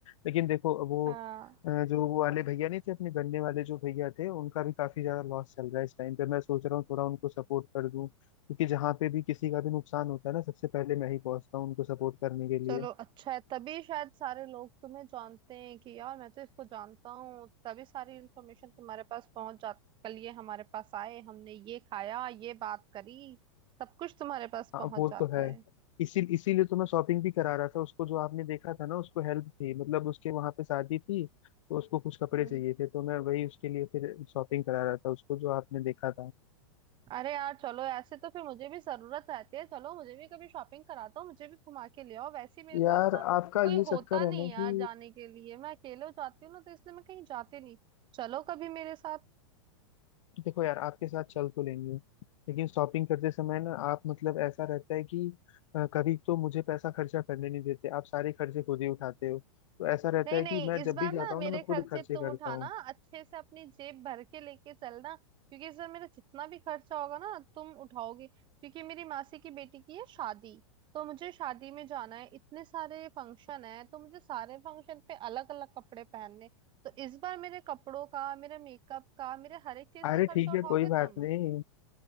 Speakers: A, on the left; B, on the right.
A: लेकिन देखो वो
B: हाँ
A: अ, जो वो वाले भैया नहीं थे अपने गन्ने वाले जो भैया थे उनका भी काफी ज्यादा लॉस चल रहा है इस टाइम पे मैं सोच रहा हूँ थोड़ा उनको सपोर्ट कर दूं क्योंकि जहाँ पे भी किसी का भी नुकसान होता है ना सबसे पहले मैं ही पहुंचता हूँ उनको सपोर्ट करने के लिए
B: चलो अच्छा है तभी शायद सारे लोग तुम्हें जानते हैं कि यार मैं तो इसको जानता हूँ तभी सारी इन्फॉर्मेशन तुम्हारे पास पहुंच जाती कल ये हमारे पास आए हमने ये खाया ये बात करी सब कुछ तुम्हारे पास
A: हाँ
B: पहुंच
A: वो
B: जाता
A: तो है
B: है
A: इसी इसीलिए तो मैं शॉपिंग भी करा रहा था उसको जो आपने देखा था ना उसको हेल्प थी मतलब उसके वहां पे शादी थी तो उसको कुछ कपड़े
B: हम्म
A: चाहिए थे तो मैं वही उसके लिए फिर शॉपिंग करा रहा था उसको जो आपने देखा
B: अरे यार चलो ऐसे तो फिर मुझे भी जरूरत रहती है चलो मुझे भी कभी शॉपिंग कराता हूँ मुझे भी घुमा के ले आओ वैसे ही मेरे
A: यार
B: पास ना
A: आपका
B: कोई
A: ये
B: होता
A: चक्कर है
B: नहीं
A: ना
B: यार
A: कि
B: जाने के लिए मैं अकेले हो जाती हूँ ना तो इसलिए मैं कहीं जाती नहीं चलो कभी मेरे साथ
A: देखो यार आपके साथ चल तो लेंगे लेकिन शॉपिंग करते समय ना आप मतलब ऐसा रहता है कि अ, कभी तो मुझे पैसा खर्चा करने नहीं देते आप सारे खर्चे खुद ही उठाते हो तो ऐसा रहता
B: नहीं
A: है
B: नहीं
A: कि मैं
B: इस
A: जब
B: बार
A: भी जाता
B: ना मेरे
A: हूँ ना मैं
B: खर्चे
A: खुद खर्चे
B: तुम
A: करता
B: उठाना
A: हूँ
B: अच्छे से अपनी जेब भर के लेके चलना क्योंकि इस बार मेरा जितना भी खर्चा होगा ना तुम उठाओगे क्योंकि मेरी मासी की बेटी की है शादी तो मुझे शादी में जाना है इतने सारे फंक्शन है तो मुझे सारे फंक्शन पे अलग अलग कपड़े पहनने तो इस बार मेरे कपड़ों का मेरे मेकअप का मेरे हर एक चीज
A: अरे
B: का खर्चा
A: ठीक
B: उठाओगे
A: है कोई बात
B: तुम
A: नहीं